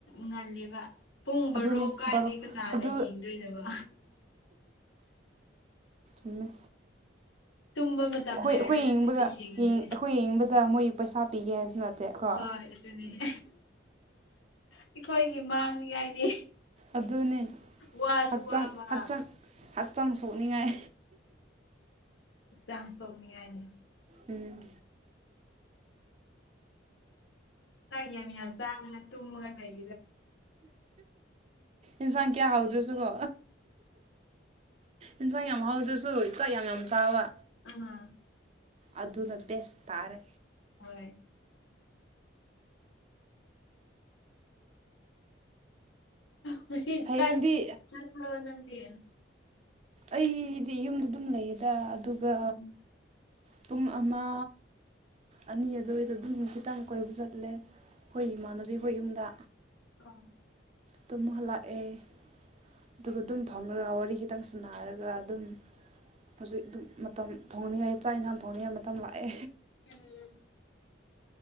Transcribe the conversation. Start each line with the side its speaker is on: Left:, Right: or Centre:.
Left: ꯉꯜꯂꯦꯕ ꯄꯨꯡꯕꯔꯣ
Right: ꯑꯗꯨꯅꯤ
Left: ꯀꯥꯏꯗꯩ
Right: ꯕꯥꯔꯣ
Left: ꯀꯅꯥꯅ
Right: ꯑꯗꯨ
Left: ꯌꯦꯡꯗꯣꯏꯕ
Right: ꯎ
Left: ꯇꯨꯝꯕ ꯃꯇꯝ
Right: ꯑꯩꯈꯣꯏ ꯑꯩꯈꯣꯏ
Left: ꯂꯩꯔꯔꯣꯏ
Right: ꯌꯦꯡꯅꯤꯡꯕꯒ
Left: ꯑꯗꯨꯗ ꯌꯦꯡꯉꯗꯤ
Right: ꯑꯩꯈꯣꯏ ꯌꯦꯡꯅꯤꯡꯕꯗ ꯃꯣꯏ ꯄꯩꯁꯥ ꯄꯤꯒꯦ ꯍꯥꯏꯕꯁꯨ ꯅꯠꯇꯦ ꯀꯣ
Left: ꯍꯣꯏ ꯑꯗꯨꯅꯤꯅꯦ ꯑꯩꯈꯣꯏꯒꯤ ꯃꯥꯡꯅꯤꯉꯥꯏꯅꯤ
Right: ꯑꯗꯨꯅꯤ
Left: ꯋꯥꯁꯨ
Right: ꯍꯛꯆꯥꯡ
Left: ꯋꯥꯕ
Right: ꯍꯛꯆꯥꯡ ꯍꯛꯆꯥꯡ ꯁꯣꯛꯅꯤꯡꯉꯥꯏ
Left: ꯆꯥꯡ ꯁꯣꯛꯅꯤꯡꯉꯥꯏꯅꯦ
Right: ꯎꯝ
Left: ꯆꯪꯦꯃꯤ ꯆ ꯇꯨꯒ ꯂꯩ
Right: ꯏꯟꯁꯥꯡ ꯀꯌꯥ ꯍꯥꯎꯗ꯭ꯔꯁꯨꯀꯣ ꯏꯟꯁꯥꯡ ꯌꯥꯝ ꯍꯧꯗ꯭ꯔꯁꯨ ꯆꯥꯛ ꯌꯥꯝ ꯌꯥꯝ ꯆꯥꯕ
Left: ꯑꯥ
Right: ꯑꯗꯨꯅ ꯕꯦꯁ ꯇꯥꯔꯦ
Left: ꯍꯣꯏ ꯉꯁꯤ
Right: ꯍꯌꯦꯡꯗꯤ
Left: ꯀꯥꯏ ꯆ ꯐ ꯅꯗꯤ
Right: ꯑꯩꯗꯤ ꯌꯨꯝꯗ ꯑꯗꯨꯝ ꯂꯩꯌꯦꯗ ꯑꯗꯨꯒ
Left: ꯎꯝ
Right: ꯄꯨꯡ ꯑꯃ ꯑꯅꯤ ꯑꯗꯨꯋꯥꯏꯗ ꯑꯗꯨꯝ ꯈꯤꯇꯪ ꯀꯣꯏꯕ ꯆꯠꯂꯦ ꯑꯩꯈꯣꯏ ꯏꯃꯥꯟꯅꯕꯤꯈꯣꯏ ꯌꯨꯝꯗ
Left: ꯑ
Right: ꯇꯣ ꯃꯍꯜꯂꯥꯛ ꯑꯦ ꯑꯗꯨꯒ ꯑꯗꯨꯝ ꯐꯝꯔꯒ ꯋꯥꯔꯤ ꯈꯤꯇꯪ ꯁꯥꯟꯅꯔꯒ ꯑꯗꯨꯝ ꯍꯧꯖꯤꯛ ꯑꯗꯨꯝ ꯃꯇꯝ ꯊꯣꯡꯅꯤꯡꯉꯥꯏ ꯆꯥꯛ ꯌꯦꯟꯁꯥꯡ ꯊꯣꯡꯅꯤꯡꯉꯥꯏ ꯃꯇꯝ ꯂꯥꯛꯑꯦ
Left: ꯎꯝ